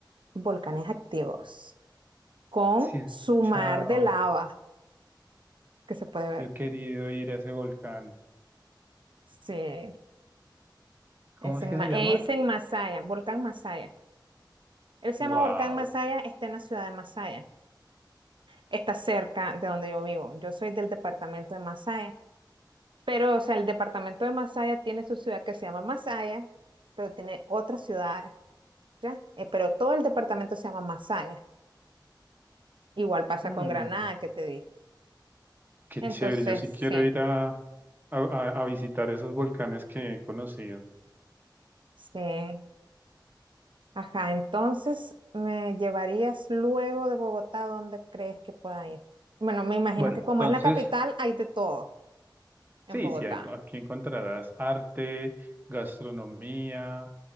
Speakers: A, on the right; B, on the right.
A: volcanes activos con
B: Sí, he escuchado,
A: su mar de lava que se puede ver.
B: yo he querido ir a ese volcán.
A: Sí,
B: ¿Cómo
A: es
B: es
A: en,
B: que
A: Ma-
B: se
A: es
B: llama?
A: en Masaya, volcán Masaya. Él se
B: Wow.
A: llama Volcán Masaya, está en la ciudad de Masaya. Está cerca de donde yo vivo. Yo soy del departamento de Masaya. Pero, o sea, el departamento de Masaya tiene su ciudad que se llama Masaya, pero tiene otras ciudades, ¿ya? Eh, pero todo el departamento se llama Masaya. Igual pasa
B: Mm,
A: con Granada, que te dije.
B: qué
A: Entonces,
B: chévere, yo sí quiero
A: sí,
B: ir a a, a- a visitar esos volcanes que he conocido.
A: sí. Ajá, entonces, ¿me llevarías luego de Bogotá? ¿Dónde crees que pueda ir? Bueno, me imagino
B: Bueno,
A: que como
B: entonces,
A: es la capital, hay de todo en
B: Sí,
A: Bogotá.
B: sí, ahí enco- aquí encontrarás arte, gastronomía,